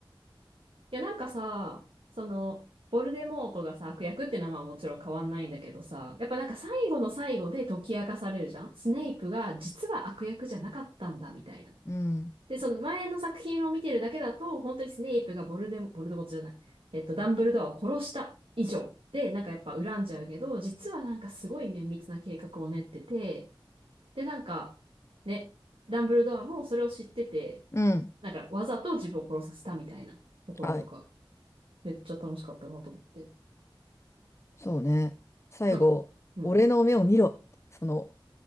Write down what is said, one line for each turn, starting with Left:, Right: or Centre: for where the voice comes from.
Right: いや、なんかさ、その、ボルデモートがさ、悪役って名前はもちろん変わんないんだけどさ、やっぱなんか最後の最後で解き明かされるじゃんスネイプが実は悪役じゃなかったんだ、みたいな。
Left: ーうん。
Right: で、その前の作品を見てるだけだと、本当にスネイプがボルデモ、ボルデモートじゃない。えっと、ダンブルドアを殺した以上で、なんかやっぱ恨んじゃうけど、実はなんかすごい綿密な計画を練ってて、で、なんか、ね、ダンブルドアもそれを知ってて、
Left: うん。
Right: なんかわざと自分を殺させたみたいなところとか。
Left: はい。
Right: めっちゃ楽しかったなと思って。
Left: そうね。最後、
Right: なんか、うん。
Left: 俺の目を見ろって。その、